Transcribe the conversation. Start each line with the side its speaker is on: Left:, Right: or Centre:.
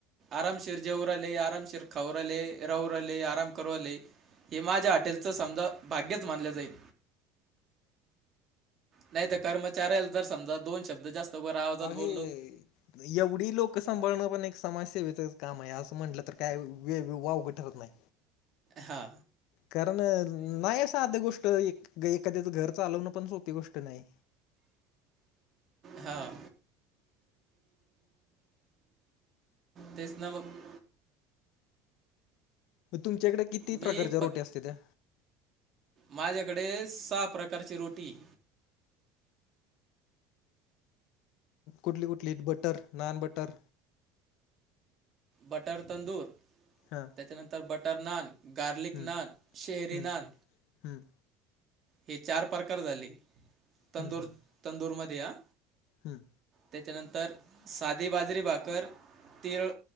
Right: आरामशीर जेवू लागले आरामशीर खाऊ लागले राहू लागले आराम करू राहिले. हे माझ्या हॉटल च समजा भाग्यच मानल जाईल. नाही तर कर्मचाऱ्याला जर समजा दोन शब्द जास्त. वर आवाजात
Left: आहे.
Right: बोललो
Left: येवढी लोक सांभाळणं पण एक समाज सेवेच काम आहे. असं म्हंटलं तर काय वेग वावगं ठरत नाही.
Right: हा.
Left: कारणं नाही साध गोष्ट, एक एखाद्याच घर चालवणं पण सोपी गोष्ट नाही.
Right: हां. तेच ना मगं.
Left: तुमच्याकड किती
Right: मी
Left: प्रकारच्या
Right: पक
Left: रोटी असत्याता.
Right: माझ्याकडे सहा प्रकारची रोटीये.
Left: कुठली कुठली एक butter naan butter.
Right: Butter tandoor.
Left: हां.
Right: तेच्याच्या नंतर बटर नान, गार्लिक
Left: हम्म
Right: नान, शेहरी
Left: हम्म
Right: नान.
Left: हम्म
Right: हे चार प्रकार झाले, तंदूर,
Left: हम्म हम्म
Right: तंदूर मध्ये हा.
Left: हम्म.
Right: त्याच्या नंतर साधी बाजरी भाकर तीळ.